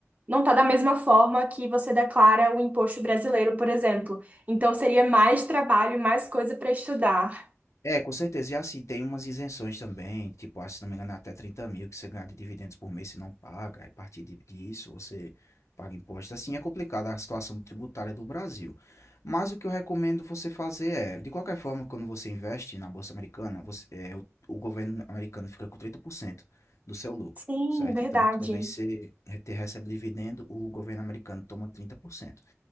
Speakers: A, on the right (about 30°); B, on the left (about 70°).
A: não tá da mesma forma que você declara o imposto brasileiro, por exemplo. Então seria mais trabalho, mais coisa para estudar.
B: É, com certeza. E assim, tem umas isenções também, tipo, acho, se não me engano, é até trinta mil que você ganha de dividendos por mês se não paga. Aí, A partir de- disso, você paga imposto. Assim, é complicada a situação tributária do Brasil. Mas o que eu recomendo você fazer é, de qualquer forma, quando você investe na Bolsa Americana, você, é, o, o governo americano fica com 30% do seu lucro,
A: Sim,
B: certo?
A: verdade.
B: Então, toda vez que você re- te recebe dividendo, o governo americano toma 30%.